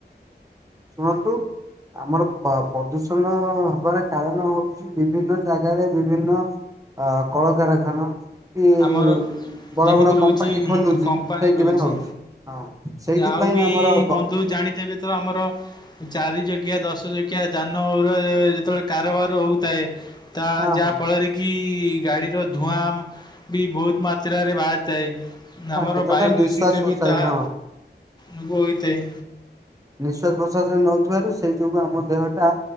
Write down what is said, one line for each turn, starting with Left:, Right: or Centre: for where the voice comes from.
Right: ଶୁଣନ୍ତୁ ଆମର ପ୍ରଦୂଷଣ ହବାର କାରଣ ହଉଚି ବିଭିନ୍ନ ଜାଗାରେ ବିଭିନ୍ନ ଅ କଳକାରଖାନା ଏଇ
Left: ଆମର
Right: ବଡ଼
Left: ଯେମିତି
Right: ବଡ଼
Left: ରହୁଛି
Right: କମ୍ପାନୀ ଖୋଲୁଛି
Left: କମ୍ପାନୀ
Right: ସେଇଥିପାଇଁ
Left: ରହୁଛି
Right: ହଉଛି। ହଁ ସେଇଥିପାଇଁ
Left: ଆଉ ବି
Right: ଆମର
Left: ବନ୍ଧୁ
Right: ଗ
Left: ଜାଣିଥିବେ ତ ଆମର ଚାରି ଚକିଆ ଦଶ ଚକିଆ ଯାନରେ ଯେତେବେଳେ କାରବାର ହଉଥାଏ ତା
Right: ହଁ
Left: ଯାହା
Right: ହଁ।
Left: ଫଳରେ କି ଗାଡ଼ିର ଧୂଆଁ ବି ବହୁତ ମାତ୍ରାରେ ବାହାରିଥାଏ।
Right: ହଁ
Left: ଆମର
Right: ସେଟା
Left: ବାୟୁ
Right: ତ ନିଶ୍ଵାସ
Left: ଦୂଷିତ
Right: ପ୍ରଶ୍ଵାସ
Left: ବି ତାହା
Right: ହଁ
Left: ସବୁ ହୋଇଥାଏ।
Right: ନିଶ୍ୱାସ ପ୍ରଶ୍ୱାସ ନେଉଥିବାରୁ ସେଇ ଯୋଗୁଁ ଆମ ଦେହଟା